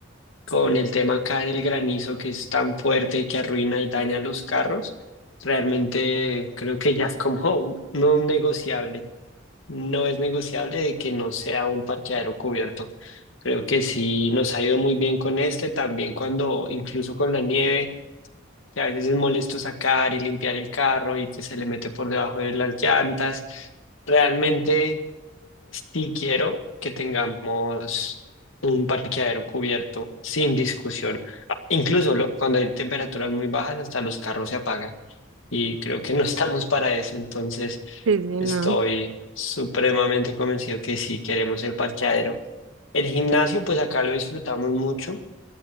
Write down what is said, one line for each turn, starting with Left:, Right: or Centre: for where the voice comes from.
Left: con el tema acá del granizo que es tan fuerte y que arruina y daña los carros, realmente creo que ya es como <laughs> un- no un negociable. No es negociable de que no sea un parqueadero cubierto. Creo que sí nos ha ido muy bien con este, también cuando incluso con la nieve, que a veces es molesto sacar y limpiar el carro y que se le mete por debajo de las llantas. Realmente Sí quiero que tengamos un parqueadero cubierto sin discusión. Ah, Incluso lo- cuando hay temperaturas muy bajas, hasta los carros se apagan. Y creo que no <laughs> estamos para eso. Entonces,
Right: Sí, sí,
Left: estoy
Right: no.
Left: supremamente convencido que sí queremos el parqueadero. El gimnasio, pues acá lo disfrutamos mucho.